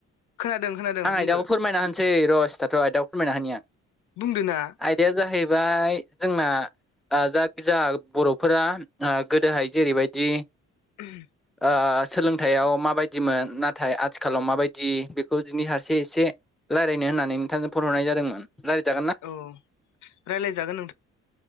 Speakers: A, on the left; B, in the centre.
A: खोनादों खोनादों
B: आं
A: बुंदो
B: आइदाखौ फोरमायना होनोसै र सिथाथ आयदाखौ फोरमायना होनि आं आइ
A: बुंदो ना
B: आयदाया जाहैबाय जोंना जाख जा बर'फोरा गोदोहाय जेरैबायदि
A: <unintelligible>
B: ओ सोलोंथायाव माबायदिमोन नाथाय आथिखालाव माबायदि बेखौ बिनि फारसे एसे रायलायनो होननानै नोंथांजों फन हरनाय जादोंमोन रायलायजागोन ना
A: औ रायलायजागोन नों